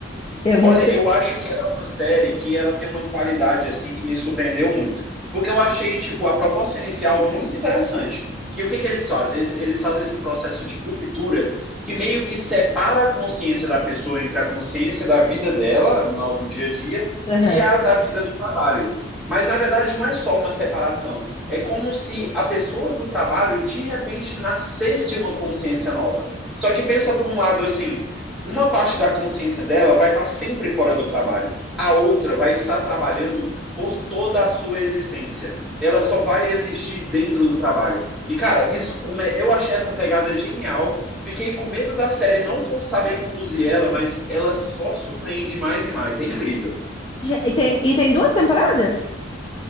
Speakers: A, on the left; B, in the centre.
A: Eu não
B: Olha,
A: sei.
B: eu acho que ela é uma série que ela tem uma qualidade assim que me surpreendeu muito. Porque eu achei, tipo, a proposta inicial muito interessante. Que o que que eles fazem? Eles, eles fazem esse processo de ruptura que meio que separa a consciência da pessoa entre a consciência da vida dela, no- do dia a dia,
A: Aham.
B: e a da vida do trabalho. Mas na verdade não é só uma separação. É como se a pessoa do trabalho de repente nascesse uma consciência nova. Só que pensa por um lado assim, uma parte da consciência dela vai estar sempre fora do trabalho. A outra vai estar trabalhando por toda a sua existência. Ela só vai existir dentro do trabalho. E, cara, isso come... eu achei essa pegada genial. Fiquei com medo da série não saber conduzir ela, mas ela só surpreende mais e mais. É incrível.
A: Ge- E tem, e tem duas temporadas?